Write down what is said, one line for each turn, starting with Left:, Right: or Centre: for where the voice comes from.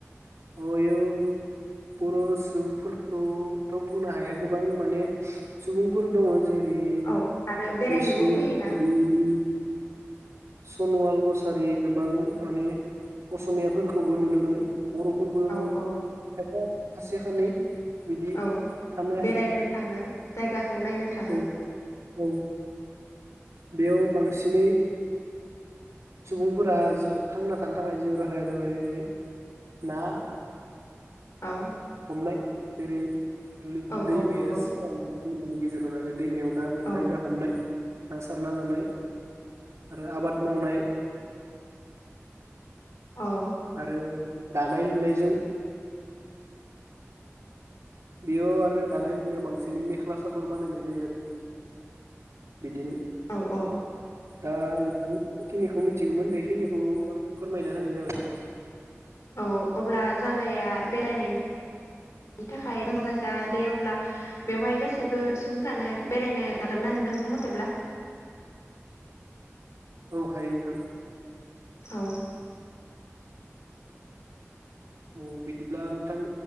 Right: <unintelligible> बर' सुबुंफोरखौथ' बुंनो हाया गोबां माने सुबुंफोर दङ जेरै
Left: औ आरो बेरायनोबो
Right: मिसिं
Left: फैयोना
Right: देवरि सनवाल कसारि गोबां माने असमियाफोरखौबो नुनो मोनो। बर'फोरबो
Left: औ
Right: खायफा
Left: औ
Right: खासे खानै बिदि
Left: औ
Right: थानो
Left: बेरायनो थाङो जायगा खौ नायनो थाङो।
Right: हायो औ औ बेयाव बांसिनै सुबुंफोरा जि थांना थानो थाखाय जिउ राहाया जाबाय ना
Left: औ
Right: हमनाय जेरै लै
Left: औ
Right: दैमाया
Left: औ नंगौ
Right: सेराव नालाय दैमानि गेजेराव नालाय दैमायाव ना बोननाय
Left: औ
Right: बा हमनाय ना सारना जानाय। आरो आबाद मावनाय।
Left: औ
Right: आरो दानाय लुनायजों बेयाव आरो दानाय लुनायाव बांसिनै मेख्ला सादर बानायनाय जायो आरो बिदिनो
Left: औ औ
Right: दा नोंथांनि जिखिनिखौ मिथिगौमोन बेखिनिखौ आं फोरमायना होनाय जाबाय।
Left: औ अब्ला जागाया बेरायनायनि <inaudible> थाखाय मोजां जायगा दे अब्ला बेवहाय गासैबो सुबुंफ्रानो बेरायनो हागोन ना नोंथांनि मथेब्ला?
Right: औ हायो नोंथां।
Left: औ।
Right: औ बिदिब्ला नोंथां?